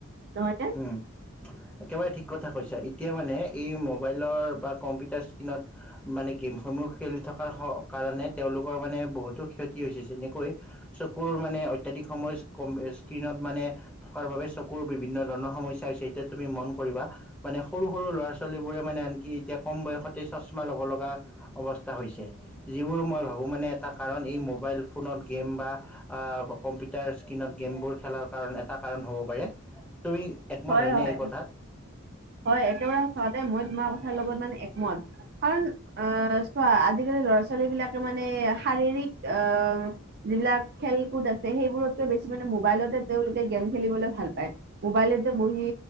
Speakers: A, on the right; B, in the centre.
A: নহয় ন?
B: উম একেবাৰে ঠিক কথা কৈছা। এতিয়া মানে এই মোবাইলৰ বা কম্পিউটাৰ স্ক্ৰীণত মানে গেমসমূহ খেলি থকাৰ কাৰণে তেওঁলোকৰ মানে বহুতো ক্ষতি হৈছে। যেনেকৈ চকুৰ মানে অত্যাধিক সময় স্ক্ৰণত মানে থকাৰ বাবে চকুৰ বিভিন্ন ধৰণৰ সমস্যা হৈছে। এতিয়া তুমি মন কৰিবা মানে সৰু সৰু ল'ৰা ছোৱালীবোৰে মানে আনকি এতিয়া কম বয়সতে চশমা ল'ব লগা অৱস্থা হৈছে, যিবোৰ মই ভাবোঁ মানে এটা কাৰণ এই মোবাইল ফোনত গেম বা আ, কম্পিউটাৰ স্ক্ৰীিনত গেমবোৰ খেলাৰ কাৰণ এটা কাৰণ হ'ব পাৰে, তুমি একমত
A: হয়
B: হয়নে
A: হয়
B: এই কথাত?
A: হয়, একেবাৰে সঁচা কথা, মই তোমাৰ কথা লগত মানে একমত। কাৰণ আ, চোৱা আজিকালি ল'ৰা ছোৱালীবিলাকে মানে শাৰীৰিক আ যিবিলাক খেল কুদ আছে সেইবোৰতকৈ বেছি মানে মোবাইলতে তেওঁলোকে গেম খেলিবলৈ ভাল পায়। মোবাইলেতে বহি